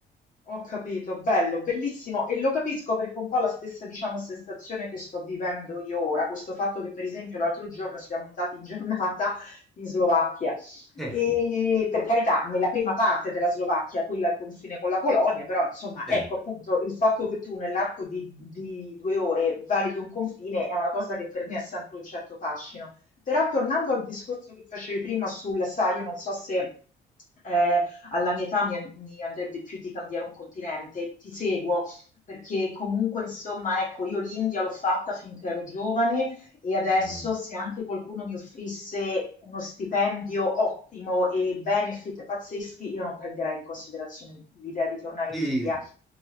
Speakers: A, on the left; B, in the centre.
A: Ho capito, bello, bellissimo e lo capisco perché è un po' la stessa, diciamo, sensazione che sto vivendo io ora, questo fatto che per esempio l'altro giorno siamo andati in giornata in Slovacchia
B: Eh
A: e
B: sì,
A: per carità, nella prima parte della Slovacchia, quella al confine con la Polonia, però insomma,
B: certo.
A: ecco appunto il fatto che tu nell'arco di, di due ore valichi un confine è una cosa che per me ha sempre un certo fascino. Però tornando al discorso che facevi prima sul, sai, io non so se... eh, alla mia età mi, an- mi andrebbe più di cambiare un continente. Ti seguo perché comunque, insomma, ecco, io l'India l'ho fatta finché ero giovane e adesso
B: Mm.
A: se anche qualcuno mi offrisse uno stipendio ottimo e benefit pazzeschi, io non prenderei in considerazione l'idea di tornare
B: Sì,
A: in India,